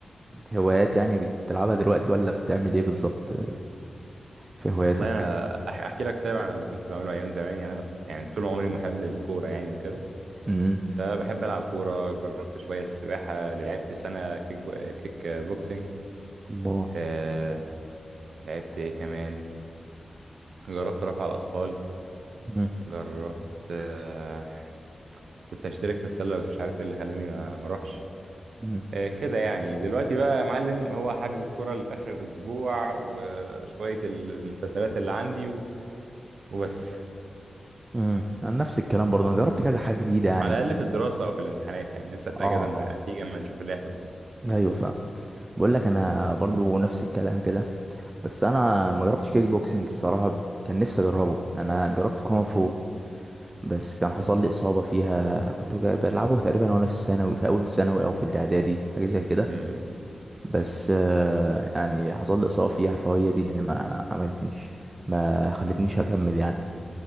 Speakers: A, on the right; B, on the right.
A: هوايات يعني بتلعبها دلوقتي ولا بتعمل ايه بالظبط في هواياتك
B: والله انا أح- احكي لك طيب عن اللي كنت بعمله ايام زمان يعني انا ط- يعني طول عمري محب للكوره يعني وكده
A: امم
B: فبحب ألعب كورة جربت شوية سباحة لعبت سنة كيك, بو... كيك بوكسينج
A: الله
B: آه... لعبت إيه كمان جربت رفع الأثقال
A: امم
B: جربت آه... كنت أشترك في السلة بس مش عارف إيه اللي خلاني ما ما أروحش
A: امم
B: آه كده يعني دلوقتي بقى يا معلم هو حجز الكورة اللي في آخر الأسبوع وشوية ال- المسلسلات اللي عندي و... وبس
A: امم انا نفس الكلام برضه انا جربت كذا حاجه جديده يعني
B: على
A: بس
B: الأقل في الدراسة أو في الامتحانات يعني لسه الأجازة
A: اه
B: ما-
A: اه
B: هتيجي أما نشوف اللي هيحصل فيه
A: ايوه فاهم بقول لك انا برضو نفس الكلام كده بس انا ما جربتش كيك بوكسنج الصراحه كان نفسي اجربه انا جربت كونغ فو بس كان حصل لي اصابه فيها كنت بج- بلعبه تقريبا وانا في الثانوي في اول الثانوي او في الاعدادي حاجه زي كده
B: مم.
A: بس آه، يعني حصل لي إصابة فيها فهي دي اللي ما عملتنيش ما خلتنيش أكمل يعني